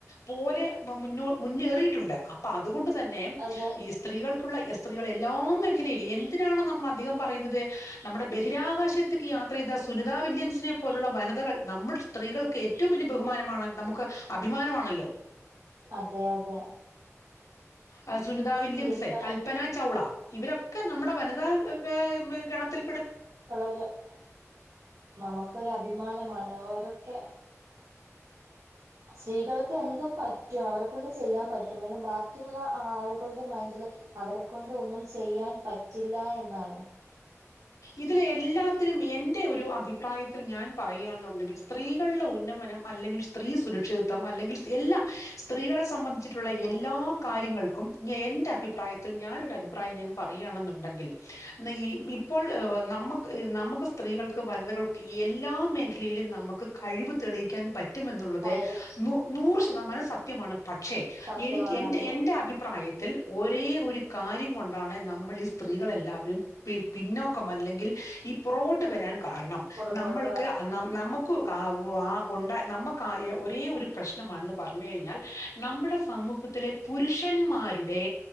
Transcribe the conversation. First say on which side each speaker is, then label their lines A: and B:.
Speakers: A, on the left; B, on the right.
A: പോലെ മ മുന്നോ മുന്നേറിട്ടുണ്ട് അപ്പ അ തുകൊണ്ട് തന്നെ
B: അതെ
A: ഈ സ്ത്രീകൾക്കുള്ള എസ് ത്രീകള് എല്ലാ മേഖലയിലെ എന്തിനാണ് നമ്മള് അധികം പറയ്ന്നത് നമ്മടെ ബഹിരാകാശത്തിക്ക് യാത്രയ്ത സുനിതാ വില്യംസിനെ പോലുള്ള വനിതകൾ നമ്മടെ സ്ത്രീകൾക്ക് ഏറ്റവും വലിയ ബഹുമാനമാണ്. നമുക്ക് അഭിമാനമാണല്ലോ
B: അതെ അതെ
A: ആ സുനിത
B: സ്ത്രീകൾ
A: വില്യംസെ, കൽപന ചൗള ഇവരൊ ക്കെ നമ്മടെ വനിതാ <unintelligible> മെ ഗണത്തിൽ
B: <unintelligible> നമ്മക്കൊരു അഭിമാനമാണ് ഓരൊ ക്കെ സ്ത്രീകൾക്ക് എന്തും പറ്റും അവരെക്കൊണ്ട് ചെയ്യാൻ പറ്റും പിന്നെ ബാക്കിള്ള ആളുകളുടെ മൈന്റില് അവരെക്കൊണ്ട് ഒന്നും ചെയ്യാൻ പറ്റില്ല എന്നാണ്
A: ഇതില് എല്ലാത്തിലും എന്റെ ഒരു അഭിപ്രായത്തിൽ ഞാൻ പറയാന്നുണ്ടെങ്കിൽ സ്ത്രീകള്ടെ ഉന്നമനം അല്ലെങ്കിൽ സ് ത്രീ സുരക്ഷിതത്വം അല്ലെങ്കിൽ സ് എല്ലാം സ്ത്രീകളെ സംബന് ധിച്ചിട്ടുള്ള
B: അതെ
A: എല്ലാ കാര്യങ്ങളും ക്കും ഞ് എന്റെ അഭിപ്രായത്തിൽ ഞാനൊരഭിപ്രായം ഞാന് പറയാണെന്നുണ്ടെങ്കിൽ ന്ന് ഇ ഇ ഇപ്പോൾ ഏഹ് നമ്മക്ക് നമ്മക്ക് സ്ത്രീകൾക്ക് വനിതകൾ ക്ക് എല്ലാ മേഖലേലും നമ്മ ക്ക്കഴിവ് തെളിയിക്കാൻ പറ്റും മെന്നുള്ളത്
B: കൈവ്
A: നു നൂറ്ശ തമാനം സത്യമാണ്. പക്ഷേ
B: സത്യമാണ്
A: എനിക്ക് എൻ്റെ
B: അതെ
A: എന്റെ അഭിപ്രായ ത്തിൽ ഒരേ ഒരു കാര്യം കൊണ്ടാണ് നമ്മള് ഈ സ്ത്രീകളെല്ലാവരും പി പിന്നോക്കം അല്ലെങ്കിൽ ഈ പുറകോട്ട് വരാൻ കാരണം
B: പുറകോട്ട്
A: നമ്മൾക്ക്
B: പറ
A: അ നം നമു ക്കു ആ ഉ ആ ഉണ്ടാ നമക്ക് ഒരേ ഒരു പ്രശ്‌നം വന്ന് പറഞ്ഞു കഴിഞ്ഞാൽ നമ്മടെ സമൂഹത്തിലെ പുരുഷന്മാരുടെ